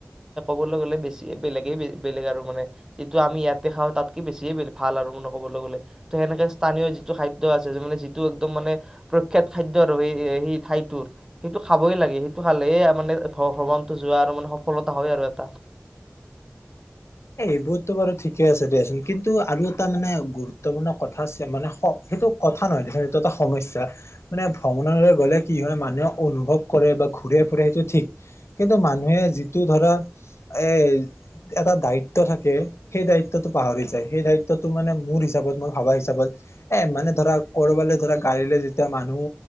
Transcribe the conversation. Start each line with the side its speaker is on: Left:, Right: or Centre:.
Right: ক'বলৈ গ'লে বেছি বেলেগে-বেলেগ আৰু মানে যিটো আমি ইয়াতে খাওঁ তাতকে বেছিয়ে ভাল, আৰু মানে ক'বলৈ গ'লে ত', সেনেকে স্থানীয় যিটো খাদ্য তাৰে যিটো মমৰ সোৱাদ মানে যিটো একদম মানে প্ৰখয়াত-খাদ্য আৰু সেই-সেই ঠাইতোৰ সেইটো খাবই লাগে- খালেই মানে ভ্ৰমণতটো যোৱা আৰু মানে সফলতা হয় আৰু এটা।
Left: এ', এইবোৰতো বাৰু ঠিকে আছে দিয়াচোন কিন্তু আৰু এটা মানে গুৰুত্বপূৰ্ণ কথা আছে মানে সেইটো কথা নহয় দেচোন এইটো এটা সমস্যা, মানে ভ্ৰমণলৈ গলে কি হয় মানুহে অনুভৱ কৰে বা ঘূৰে- ফুৰে সেইটো ঠিক কিন্তু মানুহে যিটো ধৰা এ', এটা দায়িত্ব দায়িত্ব থাকে সেই দায়িত্বটো পাহৰি যায়, সেই দায়িত্বটো মানে মোৰ হিচাপত মোৰ ভাবা হিচাপত এ', মানে ধৰা কৰবালৈ ধৰা গাড়ীলৈ যেতিয়া মানুহ